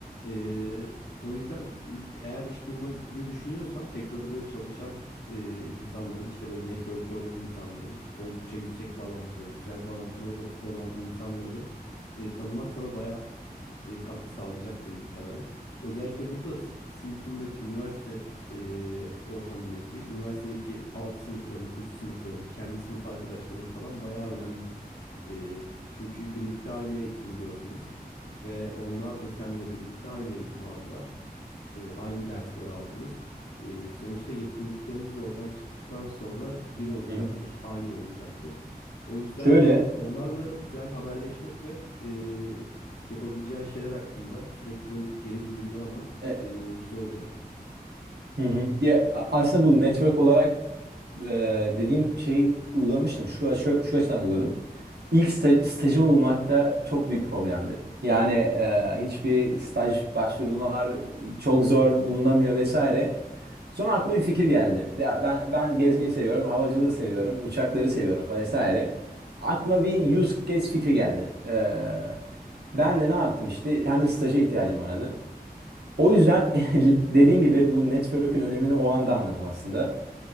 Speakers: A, on the left (about 75°); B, on the right (about 85°).
A: Ee, o yüzden e, eğer iş bulmayı düşünüyorsan sektörde böyle çalışan e, insanların işte böyle network'ü olan insanların oldukça yüksek bağlantıları, güzel bağlantıları olan insanları e, tanımak sana bayağı e, katkı sağlayacaktır muhtemelen. Özellikle burada s- sınıfındaki üniversite e, ortamındaki, üniversitedeki alt sınıfların, üst sınıfların, kendi sınıf arkadaşların falan bayağı önemli. E, çünkü birlikte aynı eğitimi gördünüz ve onlar da seninle birlikte aynı eğitimi aldılar e, aynı dersleri aldınız. E, sonuçta yetkinlikleriniz de oradan çıktıktan sonra bir olacaktır,
B: <laughs> Hı hı.
A: aynı olacaktır. O yüzden
B: Şöyle
A: onlarla güzel haberleşmek ve e, yapabileceğin şeyler hakkında sürekli böyle geri bildirimler almak
B: e,
A: e, güzel olacak.
B: hı hı. Ya, a- aslında bu network olarak e, dediğin şeyi uygulamıştım. Şu, şu, şu açıdan uyguladım. İlk sta- stajımı bulmakta çok büyük problemdi. Yani e, hiçbir staj başvurular çok zor bulunamıyor vesaire. Sonra aklıma bir fikir geldi. Ya ben ben gezmeyi seviyorum, havacılığı seviyorum, uçakları seviyorum falan vesaire. Aklıma bir use case fikri geldi. Ee, ben de ne yaptım işte hem de staja ihtiyacım vardı. O yüzden <laughs> dediğin gibi bu network'ün önemini o anda anladım aslında.